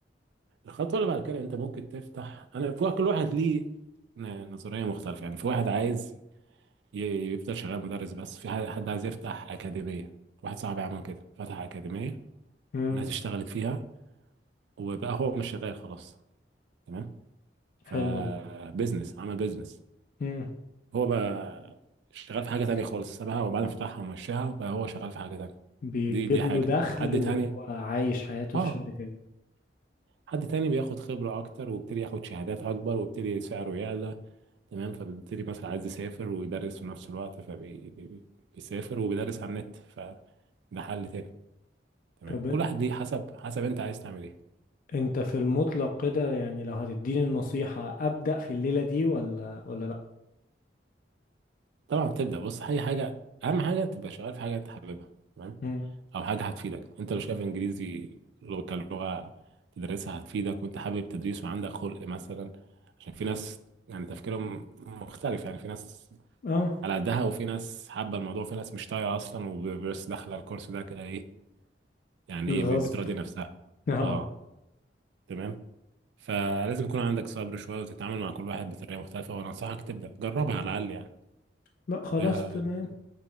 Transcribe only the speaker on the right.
الخطوه اللي بعد كده انت ممكن تفتح انا في كل واحد ليه ن- نظريه مختلفه يعني في واحد عايز ي- يفضل شغال مدرس بس في حد حد عايز يفتح اكاديميه واحد صاحبي عمل كده فتح اكاديميه
والناس اشتغلت فيها وبقى هو مش شغال خلاص تمام فبزنس
عمل بزنس
هو بقى شغال في حاجه تانية خالص سابها وبعدين فتحها ومشاها بقى هو شغال في حاجه تانية
دي دي حاجه
حد
تاني
اه
حد تاني بياخد خبرة أكتر وبيبتدي ياخد شهادات أكبر وبيبتدي سعره يعلى تمام فبيبتدي مثلا عايز يسافر ويدرس في نفس الوقت فبيسافر وبيدرس على النت فده حل تاني تمام
كل واحد ليه حسب حسب أنت عايز تعمل إيه
طبعا بتبدأ بص أي حاجة أهم حاجة تبقى شغال في حاجة أنت حاببها تمام
أو حاجة هتفيدك أنت لو شايف إنجليزي لغة كلغة تدرسها هتفيدك وأنت حابب تدريس وعندك خلق مثلا عشان في ناس يعني تفكيرهم مختلف يعني في ناس
على قدها وفي ناس حابة الموضوع في ناس مش طايقة أصلا وبس داخلة الكورس ده كده إيه يعني
إيه ب- بتراضي نفسها
أه تمام فلازم يكون عندك صبر شوية وتتعامل مع كل واحد بطريقة مختلفة وأنا أنصحك تبدأ جربها على الأقل يعني
اديها
تجربة